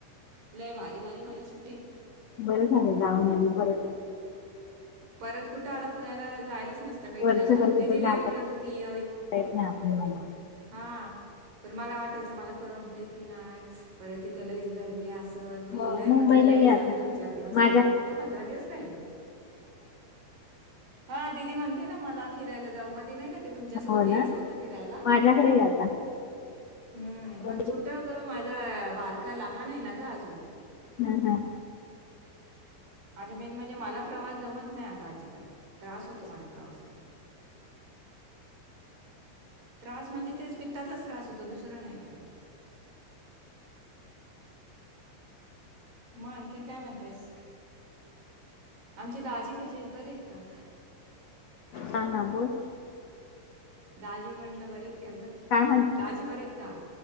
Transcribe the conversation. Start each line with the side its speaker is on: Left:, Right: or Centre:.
Right: लय भारी, झाली माझी सुट्टी.
Left: बरं झालं, जाऊन आली परत.
Right: परत कुठ आता पुण्याला जायला मस्त भेटल्यावर
Left: वर्षभर कुठं
Right: दीदी
Left: जाता
Right: लय बोलत होती.
Left: येत नाही आपल्याला मग.
Right: हां पण मला वाटायचं मला करमतंय की नाही परत तिथं लयच गरमी असे- ल तर मी
Left: हो
Right: लय
Left: मुंबईला
Right: म्हटलं लय
Left: ये
Right: झालं
Left: आता
Right: दोन-चार दिवस
Left: माझ्या
Right: राहिल तर कुठं पंधरा दिवस राहिले. हां दिदी म्हण ते ना मला फिरायला जाऊ मधी नाही का ते तुमच्यासोबत
Left: हो
Right: यायचं
Left: ना
Right: होतं फिरायला.
Left: माझ्याकडे ये आता
Right: हम्म
Left: हा
Right: पण कुठं गं माझा बारका लहान आहे ना गं अजून.
Left: हम्म हम्म.
Right: आणि मेन म्हणजे मला प्रवास जमत जमत नाही अजिबात त्रास होतो मला. प्रवासाचा. त्रास म्हणजे तेच पित्ताचाच त्रास होतो दुसरं नाही काय. मग आणखीन काय म्हणतेस आमचे दाजी. कशे आहेत बरे आहेत का.
Left: हा, हा बोल
Right: दाजी म्हंटलं, बरे आहेत. का गं?
Left: काय म्हणते
Right: दाजी बरे आहेत का?